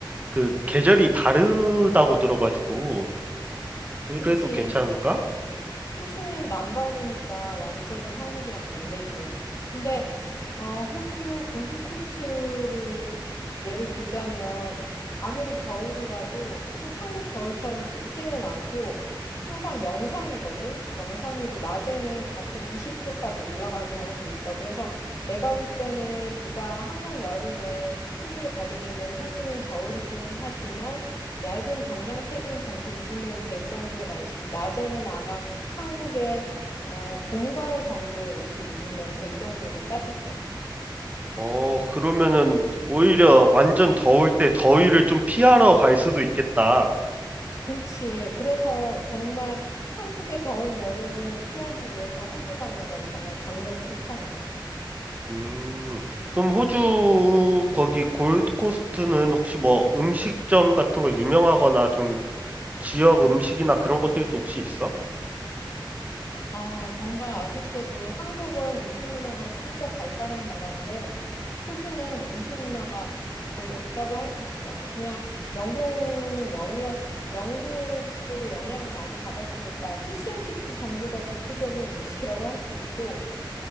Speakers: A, on the right (about 20°); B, on the left (about 40°).
A: 그 계절이 다르다고 들어가지고, 그래도
B: 그치.
A: 괜찮을까?
B: 호주는 남반구니까 완전히 한국이랑 반대지. 근데 어, 호주 골드코스트를 예로 들자면 아무리 겨울이라도 호- 한국 겨울처럼 춥지는 않고 항상 영상이거든. 영상이고 낮에는 가끔 20도까지 올라갈 경우도 있어. 그래서 내가 볼 때는 네가 한국 여름에 호주를 가게 되면 호주는 겨울이기는 하지만 얇은 경량 패딩 정도 입으면 될 정도의 날씨고 낮에는 아마 한국의 어, 봄, 가을 정도의 옷을 입으면 될 정도로 따뜻해.
A: 어, 그러면은 오히려 완전 더울 때 더위를 좀 피하러 갈 수도 있겠다.
B: 그렇지. 그래서 정말 한국의 더운 여름을 피하기 위해서 호주 가는 건 정말 강력 추천해.
A: 음, 그럼 호주 거기 골드코스트는 혹시 뭐 음식점 같은 거 유명하거나 좀 지역 음식이나 그런 것들도 혹시 있어?
B: 아, 정말 아쉽게도 한국은 음식 문화가 진짜 발달한 나라인데 호주는 음식 문화가 거의 없다고 할 수 있어. 그냥 영국 영이었, 영국 쪽의 영향을 많이 받았으니까 피시앤칩스 정도가 대표적인 음식이라고 할 수 있고